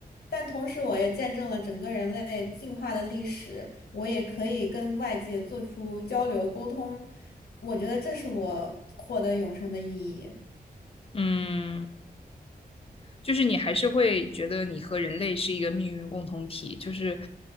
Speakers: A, on the left (about 80°); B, on the left (about 35°).
A: 但同时我也见证了整个人类进化的历史，我也可以跟外界做出交流沟通，我觉得这是我获得永生的意义。
B: 嗯就是你还是会觉得你和人类是一个命运共同体，就是